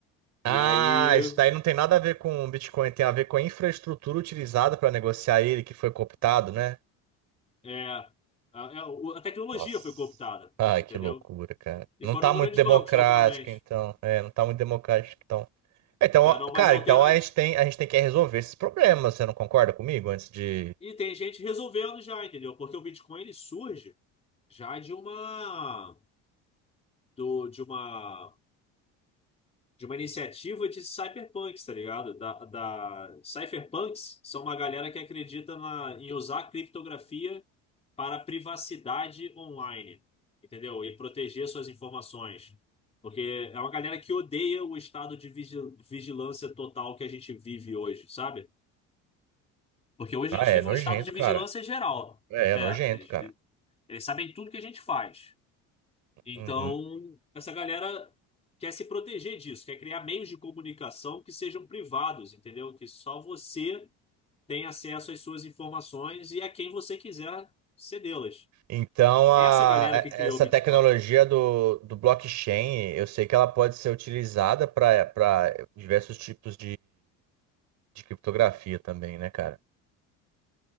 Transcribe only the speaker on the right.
Ah,
isso daí não tem nada a ver com o Bitcoin, tem a ver com a infraestrutura utilizada para negociar ele que foi cooptado, né?
Nossa.
Ai,
que loucura, cara.
Não
tá muito
democrático,
então. É, não tá muito democrático, então. É, Então,
ó,
cara,
então a gente tem, a gente tem que resolver esses problemas, você não concorda comigo? Antes de.
Ah,
é
nojento,
cara.
É,
é nojento,
cara.
Uhum.
Então, a,
é,
essa
tecnologia do, do blockchain, eu sei que ela pode ser utilizada para para diversos tipos de criptografia também, né, cara?